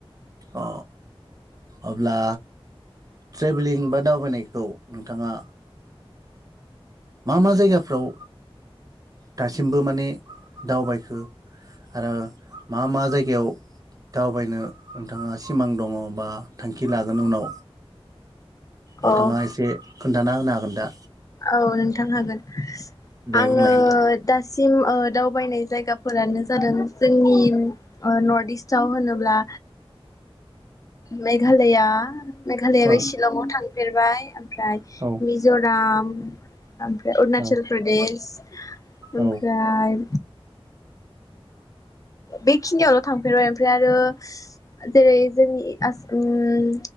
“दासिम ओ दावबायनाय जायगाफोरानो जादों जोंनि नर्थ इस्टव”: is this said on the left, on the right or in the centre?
Left